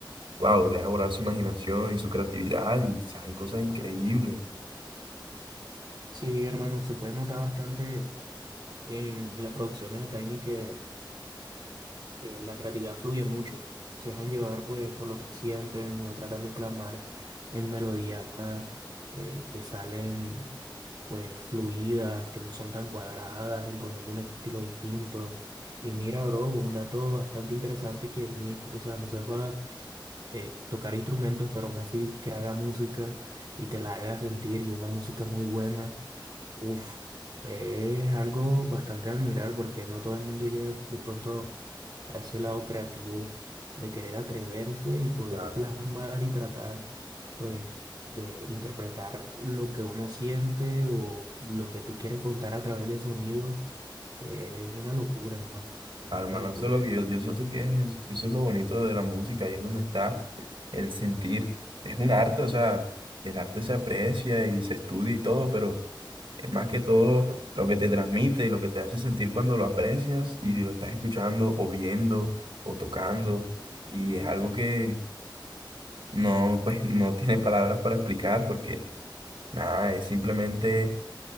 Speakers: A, on the right; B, on the right.
A: wow, deja volar su imaginación y su creatividad y salen cosas increíbles.
B: Sí, hermano, se puede notar bastante en las producciones de Tiny que eh, la creatividad fluye mucho. Se dejan llevar pues por lo que sienten, lo tratan de plasmar en melodías eh, que salen pues fluidas, que no son tan cuadradas, imponiendo un estilo distinto. Y mira, bro, un dato bastante interesante que Nick, o sea, no sepa eh, tocar instrumentos, pero aún así que haga música y que la haga sentir y una música muy buena. Uf, eh, es algo bastante a admirar porque no todo el mundo llega de pronto a ese lado creativo de querer atreverse y poder
A: Claro.
B: plasmar y tratar, pues, de interpretar lo que uno siente o lo que tú quieres contar a través de sonidos. Eh, es una locura, hermano. Es
A: Ah, Hermano,
B: una locura.
A: eso es lo que yo, yo siento que es, eso es lo bonito de la música, ahí es donde está el sentir. Es un arte, o sea, el arte se aprecia y se estudia y todo, pero es más que todo lo que te transmite y lo que te hace sentir cuando lo aprecias y lo estás escuchando o viendo o tocando. Y es algo que no, pues, <laughs> no tiene palabras para explicar porque nada, es simplemente